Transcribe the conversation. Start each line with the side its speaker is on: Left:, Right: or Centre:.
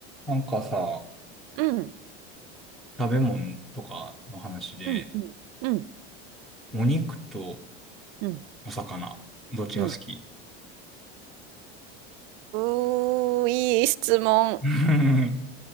Centre: なんかさ、
Right: うん、
Centre: 食べ物とかの話で、
Right: うん、うん、うん、
Centre: お肉と
Right: うん、
Centre: お魚、どっちが好き
Right: うん。うーいい質問。
Centre: うん